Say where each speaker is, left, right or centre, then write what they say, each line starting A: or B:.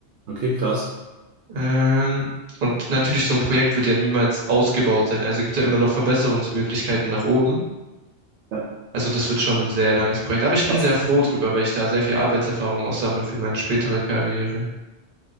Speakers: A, on the right (about 70°); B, on the right (about 45°).
A: okay, krass.
B: Ähm, und natürlich, so ein Projekt wird ja niemals ausgebaut sein. Also gibt ja immer noch Verbesserungsmöglichkeiten nach oben.
A: Ja.
B: Also das wird schon ein sehr langes Projekt. Aber ich bin
A: Was-
B: sehr froh drüber, weil ich da sehr viel Arbeitserfahrung auch sammle für meine spätere Karriere.